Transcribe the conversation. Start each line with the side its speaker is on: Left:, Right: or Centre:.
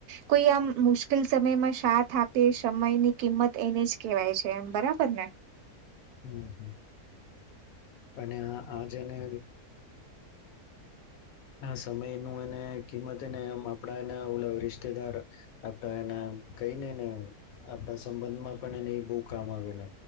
Right: કોઈ આમ મુશ્કેલ સમયમાં સાથ આપે છે સમય ની કિંમત એને જ કેવાય છે એમ બરાબર ને.
Left: હમ્મ અને આ આજને સમય ન એને કિંમતનેમ આપણા એને ઓ રિસ્તેદાર આપડા એના કઈ ને ને આપણા સંબંધમાં પણ એને બહુ કામ આવે ને